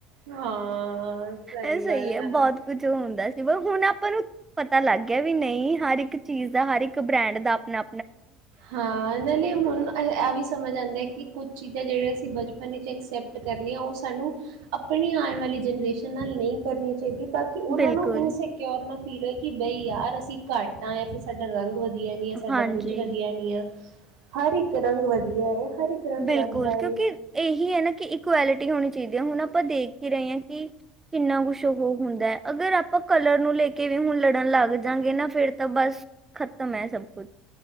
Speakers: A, on the right; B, on the right.
A: ਹਾਂ
B: ਇਹ ਸਹੀ
A: ਗੱਲ
B: ਹੈ ਬਹੁਤ
A: ਆ।
B: ਕੁਝ ਹੁੰਦਾ ਸੀ ਵ ਹੁਣ ਆਪਾਂ ਨੂੰ ਪਤਾ ਲੱਗ ਗਿਆ ਵੀ ਨਹੀਂ ਹਰ ਇੱਕ ਚੀਜ਼ ਦਾ ਹਰ ਇੱਕ ਬ੍ਰੈਂਡ ਦਾ ਨਾ
A: ਹਾਂ ਨਾਲੇ ਹੁਣ ਆ ਵੀ ਸਮਝ ਆਉਂਦਾ ਕਿ ਕੁਝ ਚੀਜ਼ਾਂ ਜਿਹੜੀਆਂ ਅਸੀਂ ਬਚਪਨ ਵਿੱਚ ਅਕਸੈਪਟ ਕਰਨੀਆਂ ਉਹ ਸਾਨੂੰ ਆਪਣੀ ਆਉਣ ਵਾਲੀ ਜਨਰੇਸ਼ਨ ਨਾਲ ਨਹੀਂ ਕਰਨੀ ਚਾਹੀਦੀਆਂ ਤਾਂ ਕਿ ਉਹਨਾਂ
B: ਬਿਲਕੁਲ
A: ਨੂੰ ਇਨਸਿਕਿਓਰ ਨਾ ਫੀਲ ਹੋਏ ਕਿ ਬਈ ਯਾਰ ਅਸੀਂ ਘੱਟ ਹਾਂ ਜਾਂ ਫਿਰ ਸਾਡਾ ਰੰਗ ਵਧੀਆ ਨੀ ਹੈ ਸਾਡਾ
B: ਹਾਂਜੀ
A: ਕੁਝ ਵਧੀਆ ਨਹੀਂ ਆ ਹਰ ਇੱਕ ਰੰਗ ਵਧੀਆ ਹੈ ਹਰ ਇੱਕ ਰੰਗ
B: ਬਿਲਕੁਲ
A: ਰੱਬ ਦਾ ਹੈ
B: ਕਿਉਂਕਿ ਇਹੀ ਹੈ ਨਾ ਕਿ ਇਕੁਐਲਿਟੀ ਹੋਣੀ ਚਾਹੀਦੀ ਹੈ ਹੁਣ ਆਪਾਂ ਦੇਖ ਕੀ ਰਹੇਾਂ ਕਿ ਕਿੰਨਾ ਕੁਛ ਉਹ ਹੁੰਦਾ ਹੈ ਅਗਰ ਆਪਾਂ ਕਲਰ ਨੂੰ ਲੈ ਕੇ ਵੀ ਹੁਣ ਲੜਨ ਲੱਗ ਜਾਂਗੇ ਨਾ ਫੇਿਰ ਤਾਂ ਬਸ ਖ਼ਤਮ ਹੈ ਸਭ ਕੁਝ